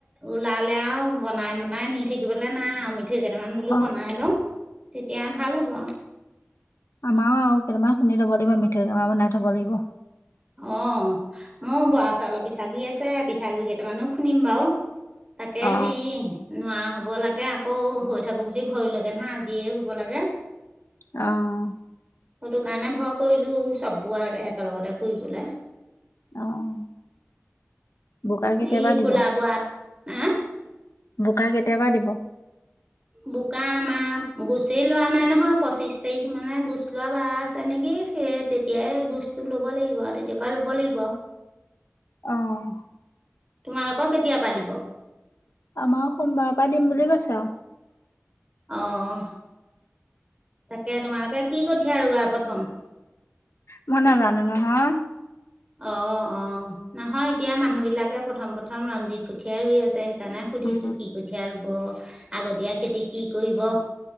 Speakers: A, on the right; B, on the left.
A: ওলালে আৰু বনাই বনাই নি থাকিব। লে নাই আৰু মিঠৈ কেইটামান বোলো
B: অ
A: বনাই লওঁ তেতিয়া ভাল হ'ব আৰু।
B: আমাৰও আৰু কেইটামান খুন্দি লব লাগিব মিঠৈ কেইটামান বনাই থব লাগিব।
A: অ মোৰ বৰা চাউলৰ পিঠাগুৰি আছে। পিঠাগুৰি কেইটামানো খুন্দিম বাৰু তাকে
B: অ
A: হেৰি নোৱাৰা হ'ব লাগে আকৌ। অ হৈ থাকো বুলি ভৈয়ো লাগে নহয় আজিয়ে হব লাগে।
B: অহ।
A: সেইটো কাৰণে ভয় কৰিলো চব বোৱা একে একেলগতে কৰিবলে।
B: অহ। বোকা কেতিয়াবা
A: এই
B: দিব,
A: ক'লা বৰাত হা
B: বোকা কেতিয়াবা দিব?
A: বোকা আমাৰ গুছেই লোৱা নাই নহয়, পঁচিশ তাৰিখ মানে গোচ লোৱা বাৰ আছে। তেনেকেই সেই তেতিয়াই গোছটো ল'ব লাগিব, তেতিয়া পৰা ৰুব লাগিব।
B: আহ।
A: তোমালোকৰ কেতিয়াৰ পৰা দিব
B: আমাৰ সোমবাৰৰ পৰা দিম বুলি কৈছে। আৰু
A: অহ। তাকে তোমালোকে কি কঠীয়া ৰুৱা প্ৰথম?
B: মই নাজানো নহয়।
A: অ অ নহয় এতিয়া মানুহ বিলাকে প্ৰথম প্ৰথম ৰঞ্জিত কঠিয়াই ৰুই আছে সে কাৰনে সুধিছো
B: অ
A: কি কঠীয়া ৰুব, আগতীয়া খেতি কি কৰিব?